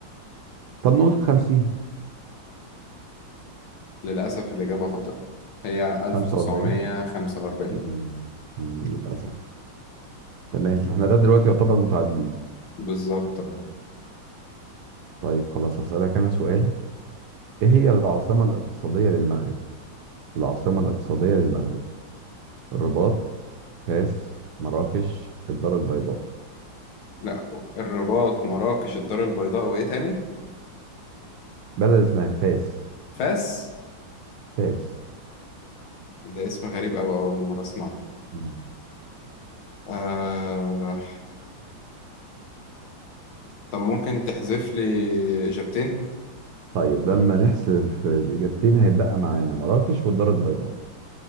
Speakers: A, on the right; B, on the left.
A: طب نقول 50
B: للأسف الإجابة خطأ هي
A: 45
B: 1945
A: مم، مم، للاسف تمام احنا لغايه دلوقتي يعتبر متعادلين
B: بالظبط أهو.
A: طيب خلاص هسألك انا سؤال ايه هي العاصمة الاقتصادية للمغرب العاصمة الاقتصادية للمغرب الرباط فاس مراكش الدار البيضاء
B: لا الرباط مراكش الدار البيضاء وإيه تاني؟
A: بلد اسمها فاس
B: فاس
A: فاس
B: ده اسم غريب أوي أول مرة أسمعه
A: مم.
B: آه... طب ممكن تحذف لي إجابتين؟
A: طيب لما نحسب الإجابتين هيتبقى معانا مراكش والدار البيضاء